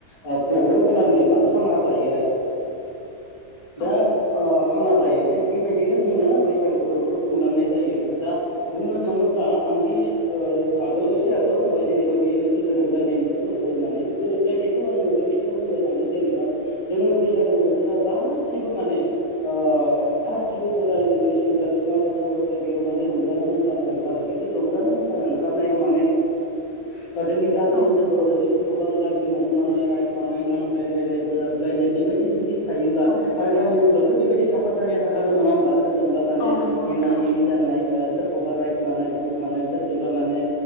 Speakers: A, on the left; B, on the left.
A: आ प्रग्राम खालामो एबा खाना जायो आरो
B: औ
A: दा खाना जायो थिग बेबायदिनो जोङो बैसागो फोरबोखौ खुंलांनाय जायो आरो दा बुंनो थाङोब्ला आंदि ओ आगोलाव एसे आगोलाव बुंबाय जेनेबा बियो मोनसे गोरोबलायनायनिबो फोरबो होननानै बे गोरोबलायनायखौ आङो बे बिथिङाव बुंनो थांदों जेनेबा जोङो बैसागो बोथोराव गासिबो माने आ गासिबो
B: औ
A: बोराय बुरै सेंग्रा सिख्ला गथ' गथाय बेयाव माने रंजानो मोसानो ओंखारो बिदि रंजानो मोसानो ओंखारनायाव माने <inaudible> जोंनि गामि
B: औ
A: ओनसोलफोराव जुदि सोरखौबा गाज्रि मोनखुमानाय रायखुमानाय नांज्लायलायनाय बोरादुलायनाय बेबायदि जुदि थायोब्ला
B: औ
A: आरो गामि ओनसोलावथ' बेबायदि साफा सानैया थाखागोन नङा होमबा सोरजोंबा मानेनाय
B: औ नंगौ नोंथां औ
A: एनि
B: औ
A: जानाय सोरखौबा रायखुमानाय बुंखुमानाय सोरजोंबा माने